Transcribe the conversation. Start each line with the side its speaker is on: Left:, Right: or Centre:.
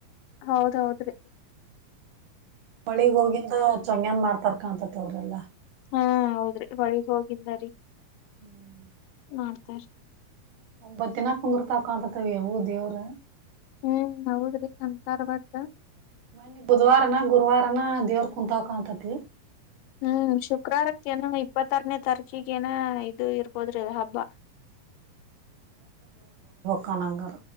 Left: ಹೌದೌದ್ರೀ
Right: ಹೊಳಿಗ್ ಹೋಗಿಂದ ಚೊಂಗ್ಯಾನ ಮಾಡ್ತ ತರ್ಕಾಂತ ತವ್ರಲ್ಲ
Left: ಹೂಂ ಹೌದ್ರಿ ಹೊಳಿಗ್ ಹೋಗಿಂದ ರೀ
Right: <inaudible>
Left: ಮಾಡ್ತಾರ್ರೀ
Right: ಒಂಬತ್ತ ದಿನ ಕುಂದರ್ತಾವ ಕಾಂತಾವ್ರೀ ಯವೂ ದೇವ್ರ
Left: ಹ್ಮ್ ಹೌದ್ರಿ ಅಂತಾರ ಬಟ್
Right: ಮೋನ್ನೀ ಬುಧವಾರ ನ ಗುರುವಾರ ಮಟಾನ ದೇವರ್ ಕುಂತಾವ ಕಾಣ್ತತಿ
Left: ಹ್ಮ್ ಶುಕ್ರಾರಕ್ಕೆ ಏನ ಇಪ್ಪತ್ತಾರನೇ ತಾರೀಕ್ ಈಗೇನ ಇದು ಇರ್ಬೋದ್ರಿ ಅದ ಹಬ್ಬ
Right: ಕಣಂಗರ್